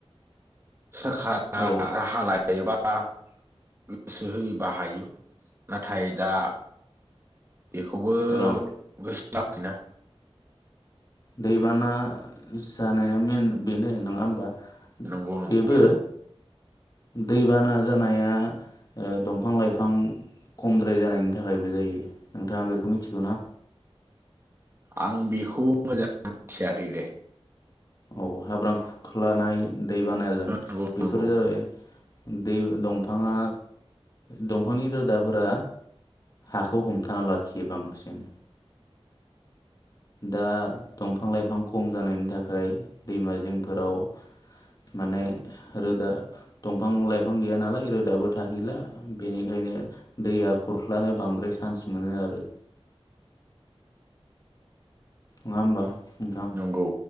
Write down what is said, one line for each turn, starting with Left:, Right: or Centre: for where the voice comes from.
Right: सोरखारा
Left: औ
Right: राहा लायोबा आ गोसो होयोबा हायो नाथाय दा बेखौबो
Left: र'
Right: गोसो लाखिना
Left: दैबाना जानाया मेन बेनो नङा होमबा।
Right: नंगौ नंगौ
Left: बेबो
Right: बेनो।
Left: दैबाना जानाया ओ दंफां लाइफां खमद्राय जानायनि थाखायबो जायो नोंथाङा बे मिथिगौ ना?
Right: आं बेखौ मोजां मिथियाखै दे।
Left: औ हाब्रां खुरख्लानाय दै बानायाजों
Right: नंगौ
Left: बेफोरो
Right: नंगौ
Left: जाबाय दै दंफाङा दंफांनि रोदाफोरा हाखौ हमथाना लाखियो बांसिन दा दंफां लाइफां खम जानायनि थाखाय दैमा जिंफोराव माने रोदा दंफां लाइफां गैया नालाय रोदाबो थाहैला बेनिखायनो दैया खुरख्लानो बांद्राय चान्स मोनो आरो। नङा होमबा नोंथां?
Right: नंगौ